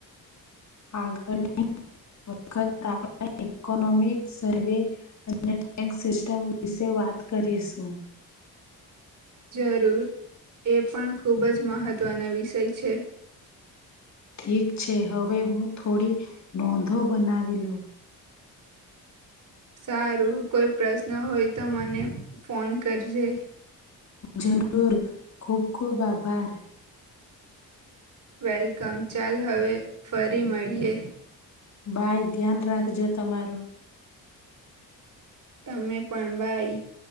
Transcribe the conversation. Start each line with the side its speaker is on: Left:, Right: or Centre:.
Left: આગળ, વખત આપ ઇકોનોમિક સર્વે અને ટેક્સ સિસ્ટમ, વિશે વાત કરીશું
Right: જરૂર એ પણ ખૂબજ મહત્વનો વિષય છે.
Left: ઠીક છે, હવે હું થોડી નોંધો બનાવી લઉં
Right: સારું કોઈ પ્રશ્ન હોય, તો મને ફોન કરજે
Left: જરૂુર ખુબ, ખુબ આભાર
Right: વેલકમ, ચાલ હવે ફરી મળીએ
Left: ભાય ધ્યાન, રાખજો તમારું
Right: તમે પણ બાઈ.